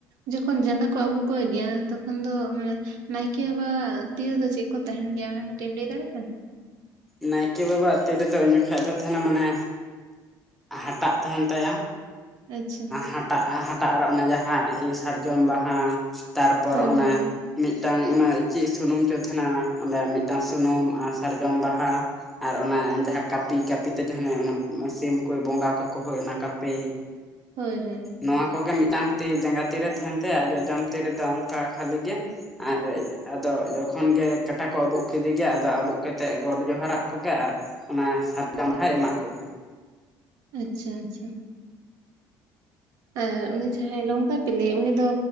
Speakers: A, on the right (about 60°); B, in the centre.
A: ᱡᱚᱠᱷᱚᱱ ᱡᱟᱸᱜᱟ ᱠᱚ ᱟᱹᱵᱩᱜ ᱠᱚ ᱜᱮᱭᱟ ᱛᱚᱠᱷᱚᱱ ᱫᱚ ᱢᱟᱱᱮ ᱱᱟᱭᱠᱮ ᱵᱟᱵᱟ-ᱟᱜ ᱛᱤ ᱨᱮᱫᱚ ᱪᱮᱫ ᱠᱚ ᱛᱟᱦᱮᱱ ᱜᱮᱭᱟ ᱚᱱᱟ ᱠᱟᱹᱴᱤᱡ ᱮᱢ ᱞᱟᱹᱭ ᱫᱟᱲᱮᱭᱟᱜᱼᱟ?
B: ᱱᱟᱭᱠᱮ ᱵᱟᱵᱟ-ᱟᱜ ᱛᱤ ᱨᱮᱫᱚ ᱩᱱ ᱡᱚᱠᱷᱟᱡ ᱫᱚ ᱛᱟᱦᱮᱱᱟ ᱢᱟᱱᱮ ᱦᱟᱴᱟᱜ ᱛᱟᱦᱮᱱ ᱛᱟᱭᱟ,
A: ᱟᱪᱪᱷᱟ
B: ᱦᱟᱴᱟᱜ ᱦᱟᱴᱟᱜ ᱨᱮ ᱚᱱᱟ ᱡᱟᱦᱟᱸ ᱥᱟᱨᱡᱚᱢ ᱵᱟᱦᱟ, ᱛᱟᱨᱯᱚᱨ
A: ᱦᱳᱭ
B: ᱚᱱᱮ
A: ᱦᱳᱭ
B: ᱢᱤᱫᱴᱟᱝ ᱚᱱᱮ ᱪᱮᱫ ᱥᱩᱱᱩᱢ ᱪᱚᱭ ᱛᱟᱦᱮᱱᱟ ᱚᱸᱰᱮ ᱢᱤᱫᱴᱟᱝ ᱥᱩᱱᱩᱢ ᱥᱟᱨᱡᱚᱢ ᱵᱟᱦᱟ ᱟᱨ ᱚᱱᱟ ᱡᱟᱦᱟᱸ ᱠᱟᱹᱯᱤ ᱠᱟᱹᱯᱤ ᱛᱮ ᱡᱟᱦᱟᱸᱱᱟᱜ ᱚᱱᱮ ᱥᱤᱢ ᱠᱚᱭ ᱵᱚᱸᱜᱟ ᱠᱟᱠᱚ ᱦᱳᱭ ᱚᱱᱟ ᱠᱟᱹᱯᱤ
A: ᱦᱳᱭ ᱦᱳᱭ,
B: ᱱᱚᱣᱟ ᱠᱚᱜᱮ ᱢᱤᱫᱴᱟᱝ ᱛᱤ ᱞᱮᱸᱜᱟ ᱛᱤ ᱨᱮ ᱛᱟᱦᱮᱱ ᱛᱟᱭᱟ ᱡᱚᱡᱚᱢ ᱛᱤ ᱨᱮ ᱫᱚ ᱚᱱᱠᱟ ᱠᱷᱟᱹᱞᱤ ᱜᱮ, ᱟᱨ ᱟᱫᱚ ᱡᱚᱠᱷᱚᱱ ᱜᱮ ᱠᱟᱴᱟ ᱠᱚ ᱟᱵᱩᱜ ᱠᱮᱫᱮ ᱜᱮᱭᱟ ᱟᱫᱚ ᱟᱵᱩᱜ ᱠᱟᱛᱮᱫ ᱜᱚᱰ ᱡᱚᱦᱟᱨᱟᱜ ᱠᱚᱜᱮ ᱟᱨ ᱚᱱᱮ ᱥᱟᱨᱡᱚᱢ ᱵᱟᱦᱟᱭ ᱮᱢᱟᱜ ᱠᱚᱜᱮ
A: ᱟᱪᱪᱷᱟ ᱟᱪᱪᱷᱟ, ᱟᱨ ᱩᱱᱤ ᱡᱟᱦᱟᱸᱭ ᱞᱚᱝᱯᱟᱛᱤᱞᱤ ᱩᱱᱤ ᱫᱚ